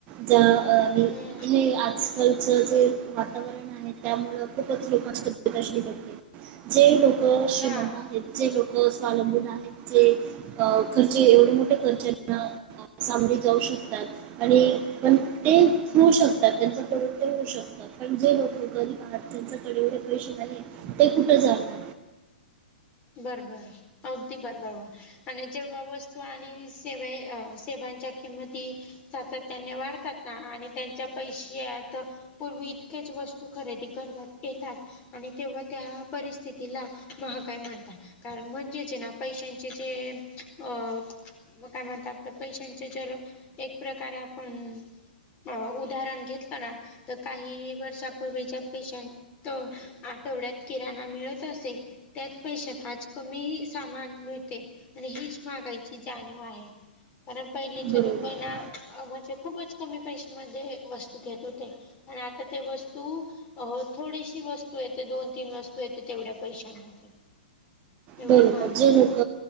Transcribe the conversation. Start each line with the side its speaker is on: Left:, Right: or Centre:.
Right: ज
Left: हम्म
Right: हे आजकालच जे वातावरण आणि त्यामुळे खूपच लोकांची <unintelligible> घडते, जे लोक श्रीमंत
Left: हा
Right: आहेत जे लोक स्वलंबून आहेत, जे अ खर्चे एवढे मोठे खर्च साम्री जाऊ शकतात आणि पण ते होऊ शकतात, त्यांच पपरत ते होऊ शकत. पण जे लोक गरीब आहेत, त्यांच्याकडे एवढे पैसे नाही, ते कुठं जाणार?
Left: बरंबर, अगदी बरबर. आणि जेव्हा वस्तू आणि सेवे सेवांच्या किंमती सातत्याने वाढतात ना, आणि त्यांच्या पैशत पूर्वी इतकेच वस्तू खरेदी करतात. येतात आणि तेव्हा त्या परिस्थितीला महागायी म्हणत कारण म्हणजे जेना पैशांचे जे अ म कामात आपलं पैशांच जर, एक प्रकारे आपण अ उदाहरण घेतलं ना, तर काही वर्षापूर्वीच्या पेश तो आठवड्यात किराणा मिळत असे, त्यात पैशात आज कमी सामान मिळते, आणि हीच मागायची जाणीव आहे. कारण पहिलीचे
Right: बरोबर
Left: लोकना, म्हणजे खूपच कमी पैशमध्ये वस्तू घेत होते. आणि आता ते वस्तू अ थोडीशी वस्तू येते, दोन तीन वस्तू येते, तेवढ्या पैशांमध्ये एवढी
Right: बरोबर,
Left: महागाई
Right: जे
Left: वाढ
Right: लोक